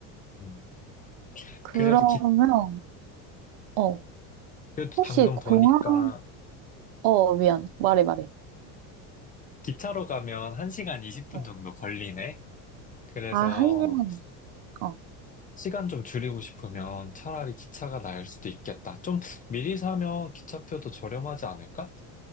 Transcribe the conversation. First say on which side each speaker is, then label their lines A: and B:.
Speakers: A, on the left; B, on the right.
A: 음.
B: 그러면,
A: 그래도 기,
B: 어,
A: 그래도
B: 혹시
A: 방금
B: 공항,
A: 보니까
B: 어, 미안. 말해, 말해.
A: 기, 차로 가면 1시간 20분
B: 어.
A: 정도 걸리네? 그래서
B: 아, 한 시간. 어.
A: 시간 좀 줄이고 싶으면 차라리 기차가 나을 수도 있겠다. 좀 미리 사면 기차표도 저렴하지 않을까?